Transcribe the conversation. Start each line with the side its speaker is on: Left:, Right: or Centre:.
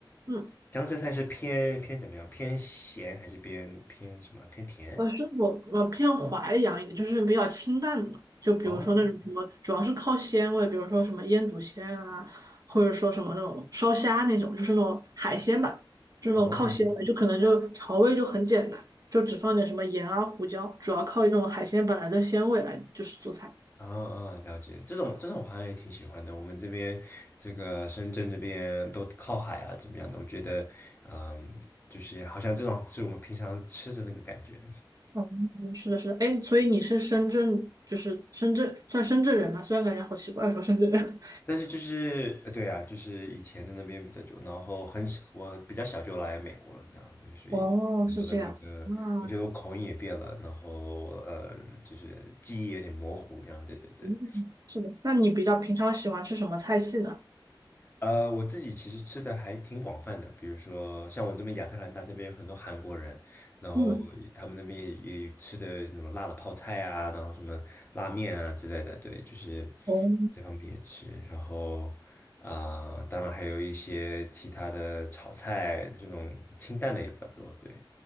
Right: 嗯。
Left: 江浙菜是偏偏怎么样？偏咸还是偏偏什么？偏甜？
Right: 我是我我偏淮扬一点，就是比较清淡的嘛，就比如说那种什么，
Left: 哦
Right: 主要是靠鲜味，比如说什么腌笃鲜啊，或者说什么那种烧虾那种，就是那种海鲜吧，就是那种靠鲜味，
Left: 哦，
Right: 就可能就调味就很简单，就只放点什么盐啊、胡椒，主要靠那种海鲜本来的鲜味来就是做菜。
Left: 嗯嗯，了解。这种这种我好像也挺喜欢的。我们这边这个深圳这边都靠海啊，怎么样的？我觉得，嗯，就是好像这种是我们平常吃的那个感觉。
Right: 嗯，是的，是的，哎，所以你是深圳，就是深圳，算深圳人吧，虽然感觉好奇怪说深圳人。
Left: 但是就是，呃对啊，就是以前的那边比较久，然后很小，我比较小就来美国了，这样，对，
Right: <laughs>
Left: 所以很多的那个，
Right: 哦，是这样啊，
Left: 我觉得我口音也变了，然后呃，就是记忆有点模糊，这样，对对对。
Right: 嗯，是的。那你比较平常喜欢吃什么菜系呢？
Left: 呃，我自己其实吃的还挺广泛的，比如说像我这边亚特兰大这边有很多韩国人，然后他们那边也也吃的那种辣的泡菜啊，
Right: 嗯，
Left: 然后什么拉面啊之类的，对，就是
Right: 哦，
Left: 这方面也吃。然后啊、当然还有一些其他的炒菜，这种清淡的也比较多，对，